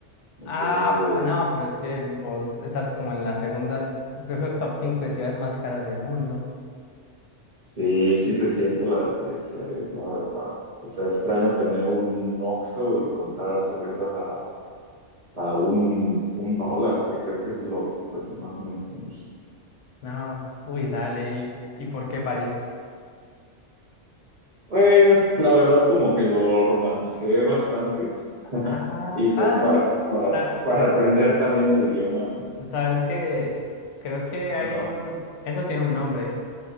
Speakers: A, on the right; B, on the left.
A: entonces
B: Ah, no, pero es que vos estás como en las segundas, esos top 5 de ciudades más caras del mundo.
A: sí, sí se siente la diferencia, es la verdad. O sea, extraño tener un Oxxo y comprar cervezas a, a un, un dólar, que creo que eso es lo que cuesta más o menos en México.
B: No, uy, dale, ¿y, y por qué París?
A: Pues la verdad como que lo romanticé bastante
B: Ah,
A: y pues para, para,
B: ah,
A: para
B: <laughs>
A: aprender también el idioma, ¿no?
B: Sabes que creo que hay
A: Ajá.
B: un, eso tiene un nombre,